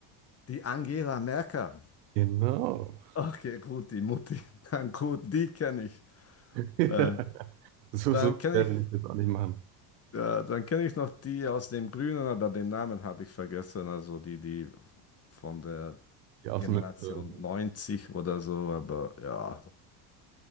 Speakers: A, on the left; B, on the right.
A: Die Angela Merkel.
B: Genau.
A: Okay, gut, die Mutti. <laughs> Dann gut, die kenne ich.
B: <laughs>
A: Äh,
B: So,
A: dann
B: so
A: kenne
B: sehr
A: ich,
B: will ich das auch nicht machen.
A: äh, dann kenne ich noch die aus dem Grünen, aber den Namen habe ich vergessen. Also die, die von der
B: Die Außenministerin.
A: Generation 90 oder so. Aber ja,